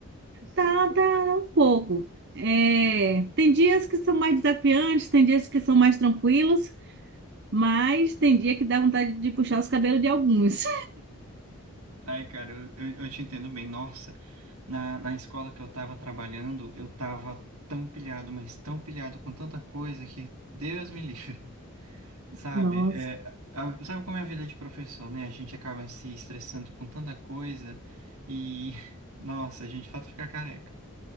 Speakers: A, on the right (about 50°); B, on the right (about 80°).
A: Tá, tá, um pouco. É, tem dias que são mais desafiantes, tem dias que são mais tranquilos, mas tem dia que dá vontade de puxar os cabelos de alguns.
B: Ai, cara, eu, eu, eu te entendo bem. Nossa, na, na escola que eu tava trabalhando, eu tava tão pilhado, mas tão pilhado com tanta coisa que Deus me <laughs> livre,
A: <laughs>
B: sabe?
A: Nossa,
B: É, a- sabe como é a vida de professor, né? A gente acaba se estressando com tanta coisa e, <laughs> nossa, a gente de fato fica careca.